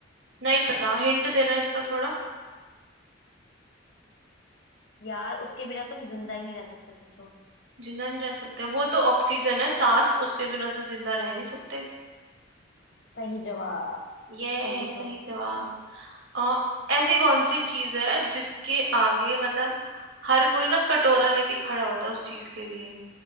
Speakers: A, on the right (about 85°); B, on the left (about 65°).
A: नहीं पता हिंट देना इसका थोड़ा
B: यार उसके बिना तुम जिंदा ही नहीं रह सकते सोचो
A: जिंदा नहीं रह सकते वो तो ऑक्सीजन है सांस उसके बिना तो जिंदा रह नहीं सकते
B: सही जवाब
A: ये
B: तुम पूछो
A: सही जवाब आ, ऐसी कौन सी चीज है जिसके आगे मतलब हर कोई ना कटोरा लेके खड़ा होता है उस चीज के लिए